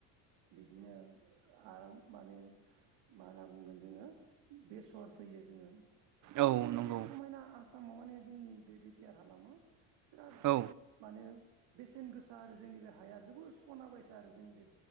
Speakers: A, on the right; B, on the right.
A: बिदिनो आ माने मा होनना बुंगोन जोङो बेसर फैयो जोङो। माने
B: औ
A: जोंनि
B: नंगौ
A: बे समायना आ आसामाव माने जोंनि बे बि-टि-आर हालामा बिराद
B: औ
A: माने बेसेन गोसा आरो जोंनि बे हाया जोबोर सना बायसा आरो जोंनि बे